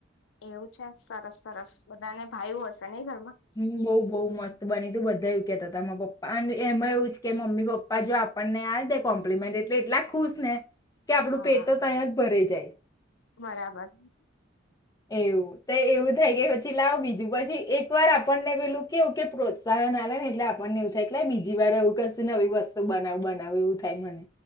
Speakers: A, on the left; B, on the left.
A: એવું છે સરસ સરસ, બધાને ભાયુ હશે નઈ ઘરમાં.
B: બઉ બઉ મસ્ત બની તું બધા એવું કેતાતા મા પપ્પા અને એમાં એવું કે મમ્મી પપ્પા જો આપણને આ દે કોમ્પ્લિમેન્ટ એટલે એટલા ખુશ ને. કે આપડું
A: હા
B: પેટ તો તય જ ભરઈ જાય.
A: બરાબર.
B: એવું તો એવું થાય કે પછી લાવ બીજું પછી એક પનને પેલું કેવું કે પ્રોત્સાહન આલન એટલે આપણને એવું થાય એટલે બી જીવા રે એવું કશું નવી વસ તો બનાવ બનાવ એવું થાય મને.